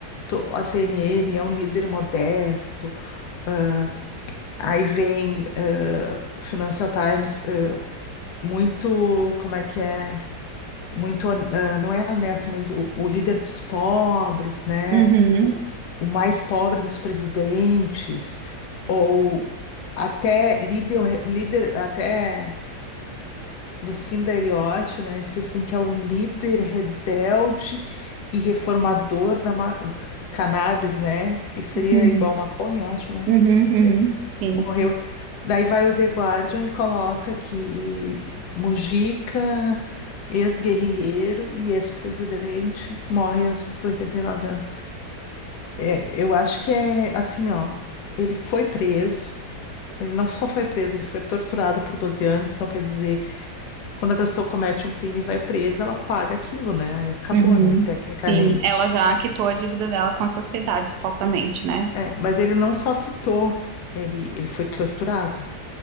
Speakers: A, on the left; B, on the right.
A: to- a CNN é um líder modesto, ãh, aí vem ãh, o Financial Times, ãh, muito, como é que é? Muito, hon- ãh, não é honesto, mas o, o líder dos pobres, né?
B: uhum,
A: O, o mais pobre dos presidentes, ou até líder, líder até. Lucinda Eliotti, né, disse assim que é um líder rebelde e reformador da ma- cannabis, né? Que seria
B: uhum,
A: igual maconha, eu acho, né?
B: uhum,
A: Não
B: uhum,
A: sei.
B: sim,
A: Morreu. Daí vai o The Guardian e coloca que Mujica, ex-guerrilheiro e ex-presidente, morre aos 89 anos. É, eu acho que é assim, ó, ele foi preso, ele não só foi preso, ele foi torturado por 12 anos, então quer dizer quando a pessoa comete um crime e vai presa, ela paga aquilo, né? Aí acabou,
B: uhum,
A: né? Tecnicamente.
B: sim. Ela já quitou a dívida dela com a sociedade, supostamente, né?
A: É, mas ele não só quitou, ele, ele foi torturado, né?